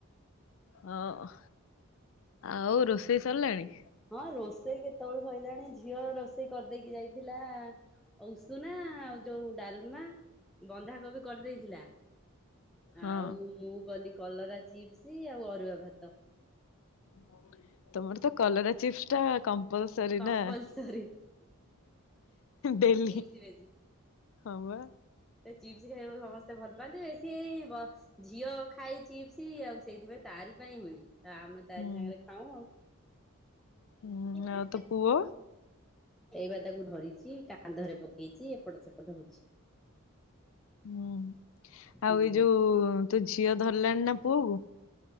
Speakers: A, on the left (about 65°); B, in the centre.
A: ହଁ ଆଉ ରୋଷେଇ ସରିଲାଣି।
B: ହଁ ରୋଷେଇ କେତେବେଳେ ସରିଲାଣି ଝିଅ ରୋଷେଇ କରିଦେଇକି ଯାଇି ଥିଲା ଉଷୁନା ଆଉ ଯୋଉ ଡାଲମା ବନ୍ଧାକୋବି କରିଦେଇଥିଲା
A: ହଁ।
B: ଆଉ ମୁଁ କଲି କଲରା ଚିପ୍ସ ଆଉ ଅରୁଆ ଭାତ।
A: <inaudible> ତମର ତ କଲରା ଚିପ୍ସ ଟା କମ୍ପଲସରୀ
B: କମ୍ପଲସରୀ
A: ନା ଡେଲି।
B: <unintelligible> ବଜି
A: ହ ୱା।
B: ଚିପ୍ସ ଖାଇବାକୁ ସମସ୍ତେ ଭଲ ପାଆନ୍ତି ବେଶୀ ହେଇ ବସ ଝିଅ ଖାଇଛିି ସି ଆଉ ସେଇଥିପାଇଁ ତାରି ପାଇଁ ହୁଏ ଆ ଆମେ ତାରି
A: ହୁଁ।
B: ସାଙ୍ଗରେ ଖାଉ ଆଉ।
A: ହୁଁ
B: <unintelligible> ଏଇ
A: ଆଉ ତୋ ପୁଅ?
B: ବା ତାକୁ ଧରିଛି କାନ୍ଧରେ ପକେଇଛି ଏପଟ ସେପଟ ହଉଛି।
A: ହୁଁ
B: ହୁଁ।
A: ଆଉ ଏଇ ଯୋଉ ତୁ ଝିଅ ଧରିଲାଣି ନା ପୁଅକୁ।